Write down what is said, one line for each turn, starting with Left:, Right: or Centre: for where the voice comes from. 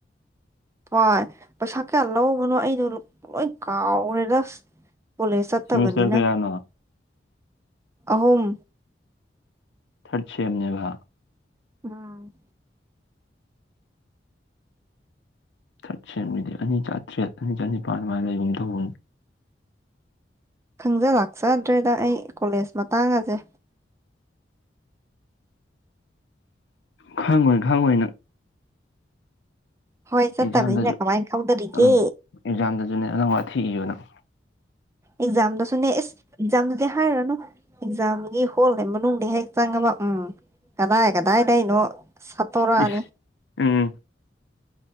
Right: ꯍꯣꯏ ꯄꯩꯁꯥ ꯀꯌꯥ ꯂꯧꯕꯅꯣ ꯑꯩꯗꯣ ꯂꯣꯏ ꯀꯥꯎꯒ꯭ꯔꯦꯗ ꯀꯣꯂꯦꯖ ꯆꯠꯇꯕꯅꯤꯅ
Left: ꯁꯦꯃꯤꯁꯇꯔ ꯀꯌꯥꯅꯣ
Right: ꯑꯍꯨꯝ
Left: ꯊꯔꯠ ꯁꯦꯝꯅꯦꯕ
Right: ꯎꯝ
Left: ꯊꯔꯠ ꯁꯦꯝꯒꯤꯗꯤ ꯑꯅꯤ ꯆꯥꯇ꯭ꯔꯦꯠ ꯑꯅꯤ ꯆꯅꯤꯄꯥꯥꯟ ꯑꯗꯨꯃꯥꯏꯅ ꯂꯩꯒꯨꯝ ꯇꯧꯕꯅꯤ
Right: ꯈꯪꯖ ꯂꯥꯛꯆꯗ꯭ꯔꯦꯗ ꯑꯩ ꯀꯣꯂꯦꯖ ꯃꯇꯥꯡ ꯑꯁꯦ
Left: ꯈꯪꯉꯣꯏ ꯈꯪꯉꯣꯏ ꯅꯪ
Right: ꯍꯣꯏ ꯆꯠꯇꯕꯅꯤꯅ
Left: ꯑꯦꯛꯖꯥꯝꯗꯁꯨ
Right: ꯀꯃꯥꯏꯅ ꯈꯪꯗꯔꯤꯒꯦ
Left: ꯑꯥ ꯑꯦꯛꯖꯥꯝꯗꯁꯨꯅꯦ ꯅꯪ ꯋꯥꯊꯤ ꯏꯌꯨ ꯅꯪ
Right: ꯑꯦꯛꯖꯥꯝꯗꯁꯨꯅꯦ ꯏꯁ ꯑꯦꯛꯖꯥꯝꯗꯨꯗꯤ ꯍꯥꯏꯔꯨꯔꯅꯨ ꯑꯦꯛꯖꯥꯝꯒꯤ ꯍꯣꯜꯒꯤ ꯃꯅꯨꯡꯗ ꯍꯦꯛ ꯆꯥꯡꯉꯕ ꯎꯝ ꯀꯗꯥꯢ ꯀꯗꯥꯏꯗꯩꯅꯣ ꯁꯠꯇꯣꯔꯛꯑꯅꯤ
Left: ꯏꯁ ꯎꯝ